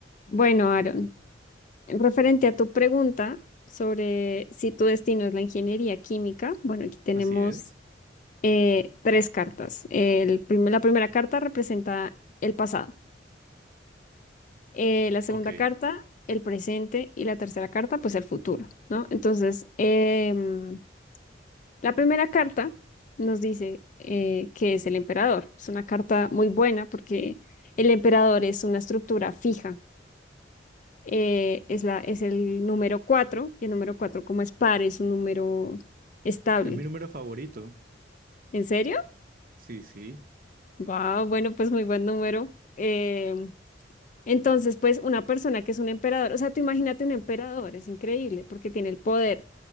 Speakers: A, on the left; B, on the right.
A: Bueno, Aaron, referente a tu pregunta sobre si tu destino es la ingeniería química, bueno, aquí tenemos
B: Así es.
A: eh, tres cartas. El primer- la primera carta representa el pasado, eh, la segunda
B: Ok. Es
A: carta, el presente y la tercera carta, pues el futuro, ¿no? Entonces, em, la primera carta nos dice eh, que es el emperador. Es una carta muy buena porque el emperador es una estructura fija eh, es la, es el número cuatro y el número cuatro como es par, es un número estable.
B: mi número favorito.
A: ¿En serio?
B: Sí, sí.
A: Wow, bueno, pues muy buen número. Eh, entonces, pues una persona que es un emperador, o sea, tú imagínate un emperador, es increíble, porque tiene el poder,